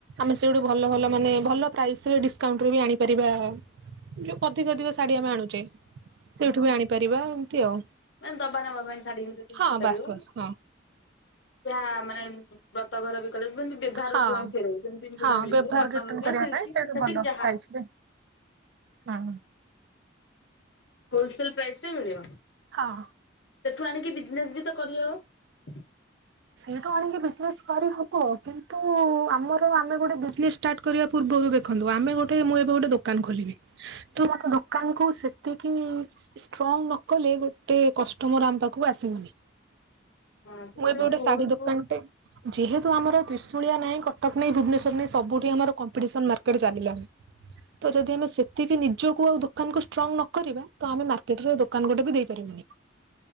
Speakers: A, on the right; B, on the left.
A: ଆମେ ସେଇଠୁ ଭଲ ଭଲ ମାନେ ଭଲ ପ୍ରାଇସିରେ ଡିସକାଉଟରେ ବି ଆଣିପାରିବା। ଯୋଉ ଅଧିକ ଅଧିକ ଶାଢ଼ୀ ଆମେ ଆଣୁଚେ ସେଇଠୁ ବି ଆଣିପାରିବା। ଆଉ
B: ମ୍ୟାମ୍ ଦବା ନବା ପାଇଁ ଶାଢ଼ୀ ଗୋଟେ ଏଠି
A: ହଁ
B: ମିଳିପାରିବ
A: ବାସ୍ ବାସ୍ ହଁ।
B: ଯା ମାନେ ବ୍ରତ ଘର ବି। କଲେ ବନ୍ଦୀ ବ୍ୟବହାର
A: ହଁ
B: ଯଉ ଫେରେଇବେ ସେମିତି ବି ଲୁଗା
A: ହଁ
B: ମିଳିପାରିବ
A: ବ୍ୟବହାର
B: କଟନ୍
A: ରିଟର୍ଣ
B: ଲୁଗା,
A: କରିବା
B: ସିଲିକ୍,
A: ପାଇଁ ସେଇଠୁ
B: ସିନ୍ଥେଟିକ୍
A: ଭଲ
B: ଯାହା।
A: ପ୍ରାଇସରେ ହଁ।
B: ହୋଲସେଲପ୍ରାଇସ ରେ ମିଳିବ।
A: ହଁ।
B: ସେଠୁ ଆଣିକି ବିଜିନେସ ତ ବି କରିହବ।
A: ସେଠୁ ଆଣିକି ବିଜନେସ୍ କରିହବ କିନ୍ତୁ ଆମର ଆମେ ଗୋଟେ ବିଜନେସ୍ ଷ୍ଟାର୍ଟ କରିବା ପୂର୍ବରୁ ଦେଖନ୍ତୁ। ଆମେ ଗୋଟେ ମୁଁ ଏବେ ଗୋଟେ ଦୋକାନ ଖୋଲିବି ତ ମୋତେ ଦୋକାନକୁ ସେତିକି ଷ୍ଟ୍ରଙ୍ଗ ନ କଲେ ଗୋଟେ କଷ୍ଟମର ଆମ ପାଖକୁ ଆସିବନି।
B: ହଁ ସେଥିପାଇଁ
A: ମୁଁ ଏବେ ଗୋଟେ
B: ବି ବହୁତ
A: ଶାଢ଼ୀ ଦୋକାନଟେ ଯେହେତୁ ଆମର ତ୍ରିଷ୍ କୁଳିଆ ନାହିଁ କଟକ ନାହିଁ ଭୁବନେଶ୍ୱର ନାହିଁ ସବୁଠି ଆମର କମ୍ପିଟିସନ୍ ମାର୍କେଟ୍ ଚାଲିଲାଣି। ତ ଯଦି ଆମେ ସେତିକି ନିଜକୁ ଆଉ ଦୋକାନ କୁ ଷ୍ଟ୍ରଙ୍ଗ ନକରିବା ତ ଆମେ ମାର୍କେଟରେ ଦୋକାନ ଗୋଟେ ବି ଦେଇପାରିବାନି।